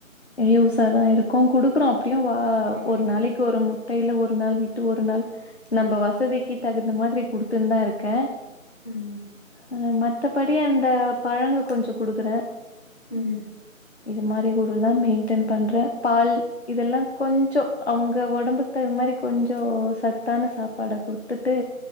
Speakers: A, on the left; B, on the left.
A: யூசாதா இருக்கு குடுக்கறோ எப்டியு வா
B: ம்
A: ஒரு நாளைக் ஒரு மு ட்டையில ஒரு நாள் விட்டு ட்டைல ஒரு நாள் விட்டு ஒரு நாள் நம்ப வசதிக்கு தகுந்த மாரி குடுத்துன்தா இருக்கே
B: ம்
A: அ மத்தபடி அந்த பழங்க கொஞ்சோ குடுக்கற
B: ம்
A: இது மாரி குடுத் தா மெய்ன்டென் பண்ற பால் இதெல்லா கொஞ்சோ அவுங்க ஒடம்புக் தகுந் மாரி கொஞ்சோ சத்தான சாப்பாடா குடு த்துட்டு